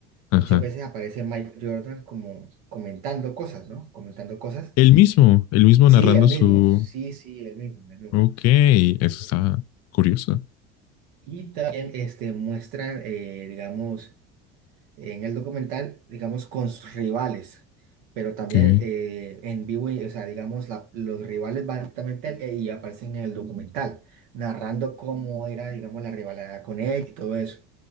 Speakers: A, on the left; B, on the right.
A: Ajá.
B: Muchas veces aparece Mike Jordan como comentando cosas, ¿no? Comentando cosas.
A: El mismo, el mismo
B: Sí,
A: narrando
B: el
A: su...
B: mismo. Sí, sí, el mismo, el mismo.
A: Ok,
B: Eh,
A: eso está curioso.
B: Y también este, muestran, eh, digamos, en el documental, digamos, con sus rivales, pero también
A: Ok.
B: eh, en vivo, y- o sea, digamos, la- los rivales van directamente eh, y aparecen en el documental, narrando cómo era, digamos, la rivalidad con él y todo eso.